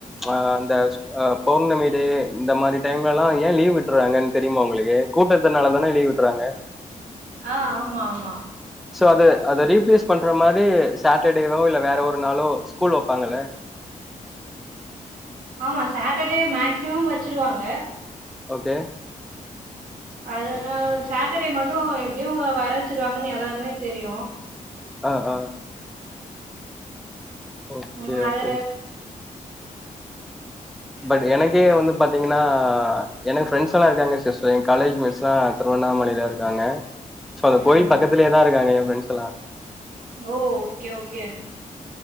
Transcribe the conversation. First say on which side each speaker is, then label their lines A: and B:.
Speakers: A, in the centre; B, on the right.
A: ஆ அந்த ஆ பௌர்ணமி டே இந்த மாரி டைம்லல்லா ஏன் லீவ் விட்டுறாங்கன்னு தெரியுமா உங்களுக்கு? கூட்டத்துனால தான லீவ் விட்றாங்க.
B: ஆ ஆமா ஆமா
A: சோ அது அத ரீப்ளேஸ் பண்ற மாரி சேட்டர்டேவோ இல்ல வேற ஒரு நாளோ ஸ்கூல் வப்பாங்கல்ல.
B: ஆமா சேட்டர்டே மேக்சிமம் வச்சிருவாங்க.
A: ஓகே
B: அதனால சேட்டர்டே மட்டு எப்டியு வர வச்சிருவாங்கன்னு எல்லார்க்குமே தெரியும்.
A: ஆ ஆ ஓக்கே
B: ம் அது
A: ஓகே பட் எனக்கே வந்து பாத்தீங்கன்னா எனக் ஃப்ரெண்ட்ஸ் எல்லா இருக்றாங்க சிஸ்டர் என் காலேஜ்மேட்ஸ் லா திருவண்ணாமலையில இருக்காங்க சோ அந்த
B: ம்
A: கோயில் பக்கத்திலேயே தா இருக்காங்க எ ஃப்ரெண்டஸ் எல்லா
B: ஓ ஓகே ஓகே